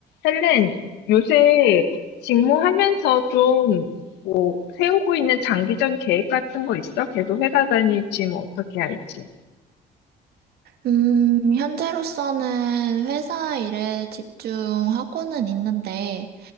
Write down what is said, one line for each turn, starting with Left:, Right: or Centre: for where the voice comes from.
Left: 헬렌, 요새 직무하면서 좀, 뭐, 세우고 있는 장기적인 계획 같은 거 있어? 계속 회사 다닐지, 뭐, 어떻게 할지.
Right: 음, 현재로서는 회사 일에 집중하고는 있는데,